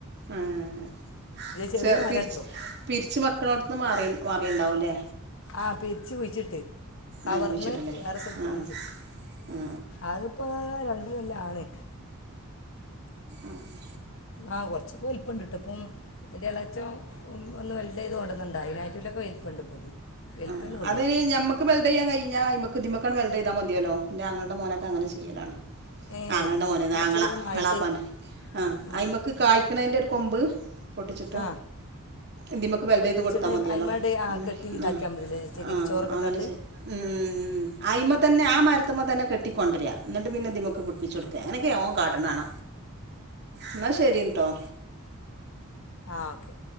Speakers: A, on the right; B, on the left.
A: ആഹ്
B: ചെറിയ മരം
A: പിരിച്ച്
B: കേട്ടോ
A: പിരിച്ച് മക്കളോടത്ത്ന്ന് മാറി മാറിണ്ടാവുംല്ലേ
B: ആഹ് പിരിച്ച് കുഴിച്ചിട്ട് കവറിന്ന്
A: ആ കുഴിച്ചിട്ടില്ലേ
B: വേറെ സ്ഥലത്ത്
A: ആ
B: കുഴിച്ചിട്ട്
A: ആ
B: അത് ഇപ്പോൾ രണ്ട് കൊല്ല ആണ്.
A: ആഹ്
B: ആഹ കുറച്ചൊക്കെ വലിപ്പം ഉണ്ട്പ്പം. അതിന്റെ ഇളച്ചം ഒന്ന് വലുതായത് കൊണ്ടന്നണ്ട അതിനായിട്ട്ടൊക്കെ വലിപ്പുണ്ട് ഇപ്പ ഇത്. വലിപ്പമേ
A: ആ
B: ഉള്ളൂ
A: അതിന് ഞമ്മക്ക്. വെൽഡ്ചെയാൻ കഴിഞ്ഞാ ഇമക്ക് തിമക്ക വെൽഡ് ചെയ്താ മതിയല്ലോ ന്റെ ആങ്ങള് മോനൊക്കെ അങ്ങനെ ചെയ്യലാണ്.
B: ഏ
A: ആങ്ങളന്റെ മോന്
B: അത് കുറച്ചുകൂടെ
A: ആങ്ങളാ
B: ഒക്കെ ഒന്ന് ആയിട്ട്
A: എ ളാപ്പാന്റെ ആ
B: ഏ
A: അയ്മക്ക് കായ്ക്കണതിന്റെ ഒരു കൊമ്പ് പൊട്ടിച്ചിട്ട്.
B: ആ
A: ഇതിമ്മക്ക് വെൽഡ് ചെയ്ത്
B: പിടിച്ചിട്ട്
A: കൊടുത്താൽ മതിയല്ലോ
B: അയിമ്മേ
A: ഉം
B: കെട്ടി ഇതാക്കിയാൽ
A: ആ
B: പതില്ലേ ചകിരി
A: ആ
B: ചോറ്
A: അങ്ങനെ
B: ഇട്ടിട്ട്.
A: ചെയ് ഉം ഉം ഉ ഉ ആയിമ്മതന്നെ ആ മരത്തിമ്മ തന്നെ കെട്ടികൊണ്ടരിക എന്നിട്ട് പിന്നെ ഇതിമുക്ക് പിടിപ്പിച്ച് കൊടുക്കുക അങ്ങനക്കെ ഓന് കാട്ട്ണാണ. എന്നാ ശരിട്ടോ
B: ആ ഓക്കെ